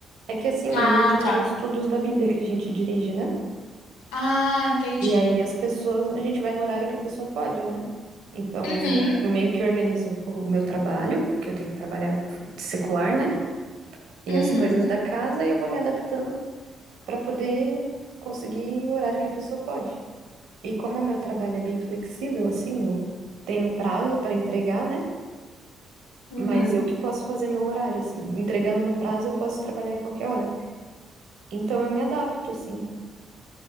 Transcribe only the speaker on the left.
Ah,
tá.
Ah, entendi.
Uhum,
uhum,
uhum.